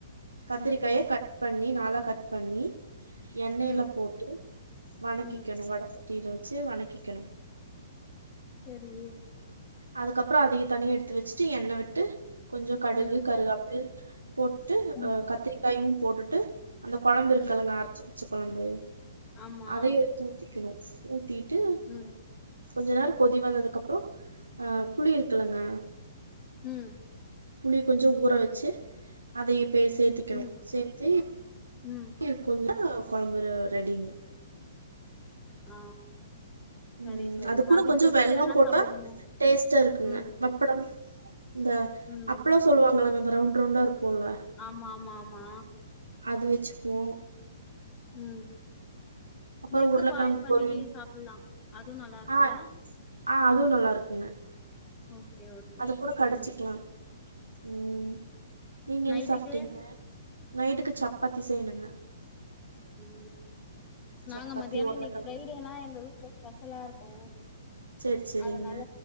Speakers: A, on the right; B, on the left.
A: கத்திரிக்காய
B: ம்
A: கட் பண்ணி நாலா கட் பண்ணி எண்ணெயில
B: ம்
A: போட்டு வணக்கிக்கணு
B: ம்
A: வட சட்டியில வச்சு வணக்கிக்கணு
B: சரி
A: அதுக்கப்புற அதிய தனியா எடுத்து வச்சுட்டு எண்ணெ விட்டு கொஞ்ச கடுகு
B: ம்
A: கருகாப்பில் போட்டு
B: ம்
A: ஆ கத்திரிக்காயு போட்டுட்டு அந்த கொழம்பு
B: ம்
A: இருக்குல்லங்க அரைச்சு வச்ச கொழம்பு
B: ஆமா
A: அதையு எடுத்து ஊத்திக்கணு ஊத்திட்டு
B: ம்
A: கொஞ்ச நேர கொதி வந்ததுக்கப்புற ஆ புளி இருக்குல்லங்க
B: ம்
A: புளி கொஞ்ச ஊற வச்சு அதைய இப்பே சேத்திக்கணும்
B: ம்
A: சேத்து
B: ம்
A: இ கொஞ்ச கொழம்பு ரெடிங்க
B: ஆ
A: ம்
B: சரி, சரி.
A: அதுக் கூட
B: அதுக்கு
A: கொஞ்ச
B: தொட்டுக்க
A: வெள்ளம்
B: என்ன
A: போட்டா
B: சாப்பிடுவீங்க?
A: டேஸ்ட்டா இருக்குங்க
B: ம்,
A: வப்படம் இந்த
B: ம்.
A: அப்பளோ சொல்லுவாங்கல்லங்க அந்த ரவுண்ட் ரவுண்டா இருக்குல்ல
B: ஆமா ஆமா ஆமா
A: அது வச்சுக்குவோ
B: ம்
A: அப்புறோ
B: எக்கு
A: உருளக்கெழங்கு
B: பாயில் பண்ணி
A: பொரியல்
B: சாப்புல்லா அதுவு நல்லா இருக்குல்ல
A: ஆ ஆ அதுவு நல்லா இருக்குங்க
B: ஓகே, ஓகே.
A: அத கூட கடிச்சிக்கலா
B: ம்,
A: ம் நீங்க
B: நைட்டுக்கு?
A: என்ன சாப்ட்டிங்க நைட்டுக்கு சப்பாத்தி செய்யணுங்க
B: ம் நாங்க
A: சப்பாத்தி
B: மத்தியான
A: உருளக்கெழங்கு
B: இன்னைக்கு ஃப்ரைடேனா எங்க வீட்ல ஸ்பெஷலா இருக்கு
A: சேரி சேரிங்க
B: அதனால